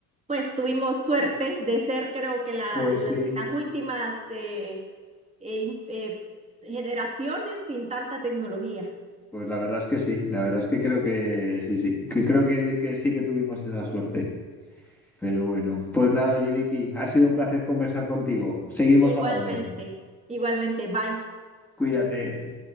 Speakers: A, on the right; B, in the centre.
A: pues tuvimos suerte de ser, creo que la,
B: Pues
A: la-
B: sí,
A: las últimas eh, eh, in- eh, generaciones sin tanta tecnología.
B: pues la verdad es que sí, la verdad es que creo que sí, sí, que creo que, que sí que tuvimos esa suerte. Pero bueno, pues nada, oye Vicky, ha sido un placer conversar contigo. Seguimos
A: Igualmente,
B: hablando.
A: igualmente, bye.
B: Cuídate.